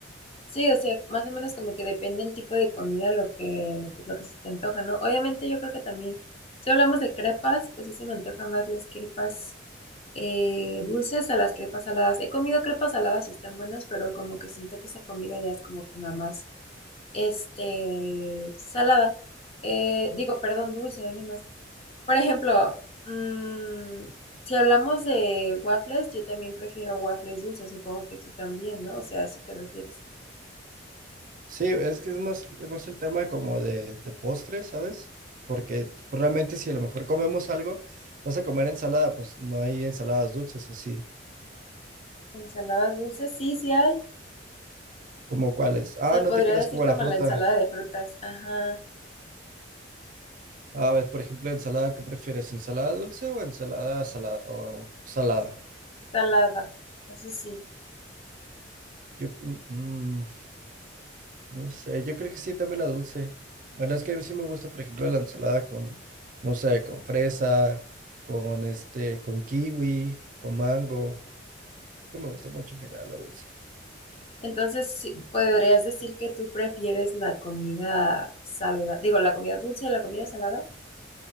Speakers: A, on the left; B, on the right.
A: Sí, o sea, más o menos como que depende el tipo de comida lo que, pues, lo que se te antoja, ¿no? Obviamente yo creo que también, si hablamos de crepas, pues sí se me antojan más las crepas Eh, dulces a las crepas saladas. He comido crepas saladas y están buenas, pero como que siento que esa comida ya es como que nada más, este, salada. Eh, digo, perdón, dulce, hoy ni más. Por ejemplo, mm, si hablamos de waffles, yo también prefiero waffles dulces, supongo que tú también, ¿no? O sea, a eso te refieres.
B: Sí, es que es más, es más el tema como de, de postre, ¿sabes? Porque pues, realmente si a lo mejor comemos algo, vas a comer ensalada, pues no hay ensaladas dulces o sí.
A: Ensaladas dulces, sí, sí hay.
B: ¿Cómo cuáles? Ah,
A: Se podría
B: no te creas
A: decir
B: como
A: como
B: la fruta.
A: la ensalada de frutas. Ajá,
B: A ver, por ejemplo, ensalada, ¿qué prefieres? ¿Ensalada dulce o ensalada salada o salada?
A: salada. Eso sí.
B: Yo, mm, no sé, yo creo que sí, también la dulce. Bueno, es que a mí sí me gusta, por ejemplo, la ensalada con, no sé, con fresa, con este, con kiwi, con mango. que me gusta mucho en general lo dulce.
A: Entonces, sí, ¿podrías decir que tú prefieres la comida salada, digo, la comida dulce a la comida salada?